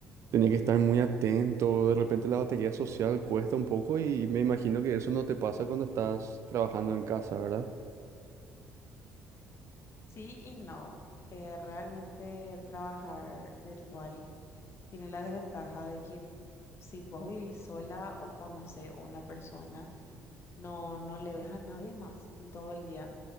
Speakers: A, on the right (about 45°); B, on the left (about 40°).
A: tenía que estar muy atento, de repente la batería social cuesta un poco y me imagino que eso no te pasa cuando estás trabajando en casa, ¿verdad?
B: Sí y no. Eh, realmente trabajar virtual tiene la desventaja de que si vos vivís sola o conocés a una persona, no, no le ves a nadie más en todo el día.